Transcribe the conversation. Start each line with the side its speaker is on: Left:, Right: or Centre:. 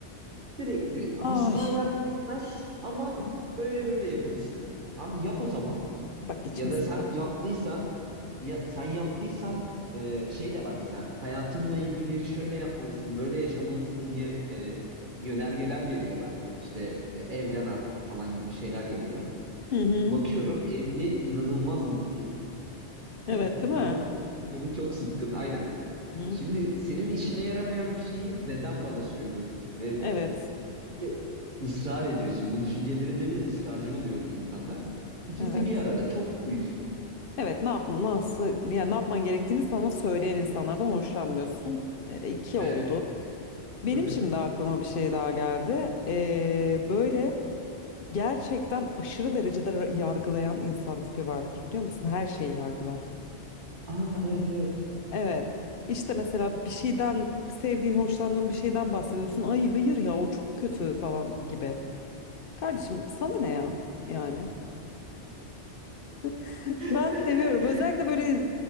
Right: Sürekli asla
Left: Ay.
Right: yardım etmez ama
Left: Hı hı.
Right: böyle böyle yapılsınlar. Abi yap o zaman
Left: Bak içim
Right: ya da
Left: sıkıldı.
Right: sen yaptıysan ya sen yaptıysan e, şey de var mesela hayatımla ilgili şöyle yapmalısın, böyle yaşamalısın diye e, yönergeler veriyorlar. İşte e, evlen artık falan gibi şeyler geliyor.
Left: Hı hı.
Right: Bakıyorum evli inanılmaz mutsuz. <laughs>
Left: Evet, değil
Right: Tamam
Left: mi?
Right: mı? Canı çok sıkkın. Aynen.
Left: Hı hı.
Right: Şimdi senin işine yaramayan bir şeyi neden bana söylüyorsun? Ve
Left: Evet,
Right: bunun bir de ısrar ediyorsun. Bu düşüncelerinde bir de ısrarcı oluyor bu insanlar. İkisi
Left: evet.
Right: bir arada çok uyuz.
Left: Evet, ne yapması, yani ne yapman gerektiğini sana söyleyen insanlardan hoşlanmıyorsun. E, iki oldu.
Right: Evet.
Left: Benim
Right: <laughs>
Left: şimdi aklıma bir şey daha geldi. E, böyle gerçekten aşırı derecede yargılayan insan tipi vardır biliyor musun? Her şeyi yargılar.
Right: Aa evet evet.
Left: Evet. İşte mesela bir şeyden sevdiğin, hoşlandığın bir şeyden bahsediyorsun. Ay hayır ya o çok kötü falan gibi. Kardeşim sana ne ya? Yani <laughs>
Right: <laughs>
Left: ben seviyorum. Özellikle böyle